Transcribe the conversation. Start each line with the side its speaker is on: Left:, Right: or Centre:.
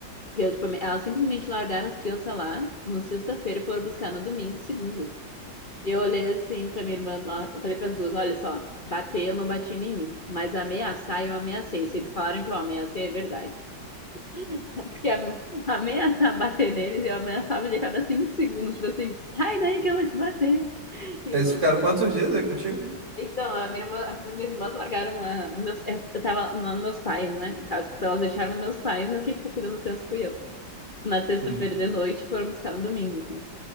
Left: Porque eu, tipo, elas simplesmente largaram as crianças lá na sexta-feira e foram buscar no domingo, segunda. Eu olhei assim pra minha irmã, na- eu falei pras duas, olha só, bater eu não bati em mim, mas ameaçar eu ameacei. Se eles falaram que eu ameacei, é verdade. <laughs> Porque am- ameaçar bater neles, eu ameaçava de cada cinco segundos, tipo assim, sai daí que eu vou te bater. E
Right: Eles
Left: eu-
Right: ficaram quantos dias aí contigo?
Left: Então, a minha irmã, as minhas irmãs largaram lá, nos meus, eu eu tava lá nos meus pais, né? No caso, tipo, elas deixaram nos meus pais, mas quem ficou cuidando das crianças fui eu. Na sexta-feira
Right: Hum.
Left: de noite, foram buscar no domingo, assim.